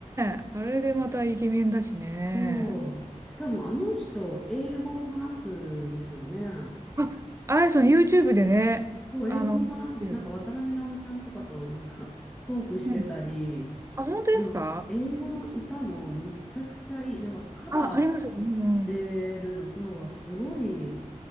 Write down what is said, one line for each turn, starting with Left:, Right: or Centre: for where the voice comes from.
Right: えあれでまたイケメンだしね
Centre: そう。しかもあの人、英語を話すんですよね。
Right: ああやさん YouTube でねあのう
Centre: そう、英語も話すし、なんか渡辺直美ちゃんとかとなんかトークしてたり、
Right: んあ本当ですか
Centre: あの、英語の歌もめちゃくちゃいい。なんかカバー
Right: あありましたねうん
Centre: してるの、そうがすごい。